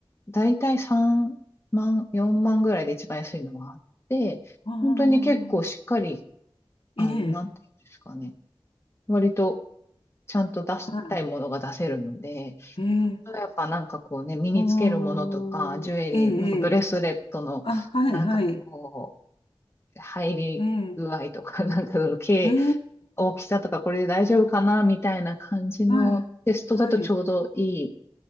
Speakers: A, on the left; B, on the left.
A: だいたい3万、4万ぐらいで一番安いのはあって、
B: ああ、
A: 本当に結構しっかり、あの、
B: ええ。
A: なんていうんですかね、割とちゃんと出したいものが出せるので、
B: はい。ええ、
A: やっぱなんかこうね、身につけるものとか、
B: おー、
A: ジュエリー、
B: ええ、
A: なんかブレスレットの、
B: えあ、はい、
A: なんかこ
B: はい。
A: う、入り具合とか、
B: ええ、
A: なんかその、け
B: ええ、
A: 大きさとかこれで大丈夫かなみたいな感じのテストだとちょうどいい
B: はい、はい、